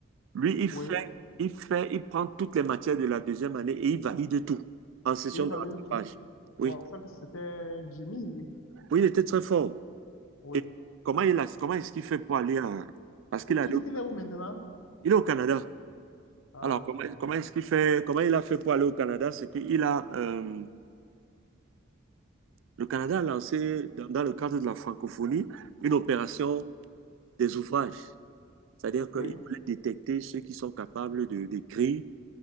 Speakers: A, on the right; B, on the left.
A: lui, il
B: oui.
A: fait, il fait, il prend toutes les matières de la deuxième année et il valide tout en session
B: Et il
A: de
B: valait
A: rattrapage.
B: le tout.
A: Oui,
B: Wow, ça que c'était un génie, lui.
A: oui, il était très fort.
B: Oui.
A: Et comment il a, comment est-ce qu'il fait pour aller en- Parce qu'il
B: Oui,
A: allait
B: tu dis
A: au-
B: qu'il est où maintenant?
A: il est au Canada.
B: Ah,
A: Alors, comment,
B: d'accord.
A: comment est-ce qu'il fait, comment il a fait pour aller au Canada? C'est qu'il a, euh, le Canada a lancé, dans, dans le cadre de la francophonie, une opération des ouvrages. C'est-à-dire qu'il
B: Oui,
A: voulait détecter ceux qui sont capables de, d'écrire